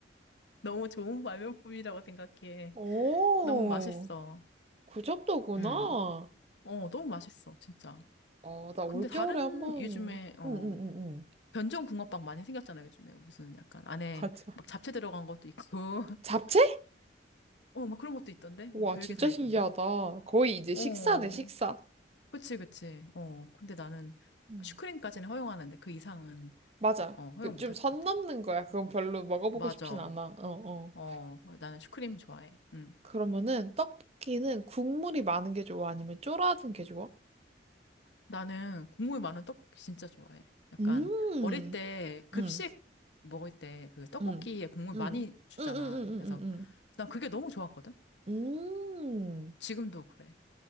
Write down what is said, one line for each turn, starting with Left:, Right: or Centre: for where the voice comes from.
Left: 너무 좋은 발명품이라고 생각해.
Right: 오.
Left: 너무 맛있어.
Right: 그 정도구나.
Left: 음. 어, 너무 맛있어, 진짜.
Right: 아, 나 올겨울에
Left: 근데 다른
Right: 한 번,
Left: 요즘에, 어,
Right: 응, 응, 응, 응.
Left: 변종 붕어빵 많이 생겼잖아요, 요즘에. 무슨 약간 안에
Right: 맞아.
Left: 막 잡채 들어간 것도 있고. <laughs>
Right: 잡채?
Left: 어, 막 그런 것도 있던데? 뭐
Right: 와,
Left: 별게
Right: 진짜
Left: 다 있던데?
Right: 신기하다. 거의 이제
Left: 어,
Right: 식사네, 식사.
Left: 그치, 그치. 어, 근데 나는
Right: 음.
Left: 슈크림까지는 허용하는데 그 이상은,
Right: 맞아.
Left: 어, 허용
Right: 그 좀
Left: 못 할
Right: 선
Left: 것 같아.
Right: 넘는 거야. 그건 별로 먹어보고
Left: 맞아.
Right: 싶진 않아. 어, 어.
Left: 어, 나는 슈크림 좋아해. 응.
Right: 그러면은 떡볶이는 국물이 많은 게 좋아? 아니면 쫄아든 게 좋아?
Left: 나는 국물 많은 떡볶이 진짜 좋아해. 약간
Right: 음,
Left: 어릴 때 급식
Right: 음,
Left: 먹을 때 그 떡볶이에
Right: 음,
Left: 국물
Right: 음,
Left: 많이 주잖아.
Right: 음, 음, 음,
Left: 그래서
Right: 음, 음.
Left: 난 그게 너무 좋았거든.
Right: 음. 음.
Left: 지금도 그래.